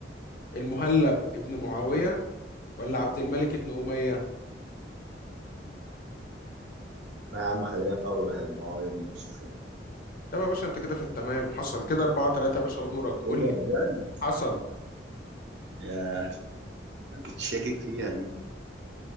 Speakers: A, on the left (about 50°); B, on the right (about 65°).
A: المهلب ابن معاوية ولا عبد الملك ابن أمية
B: لا يا عم خلينا في اول واحد ما هو يا ابن سفيان
A: طب يا باشا انت كده في التمام حصل كده أربعة تلاتة يا باشا ودورك
B: ايه
A: قول لي
B: ده بجد
A: حصل
B: ياه انا كنت شاكك فيها دي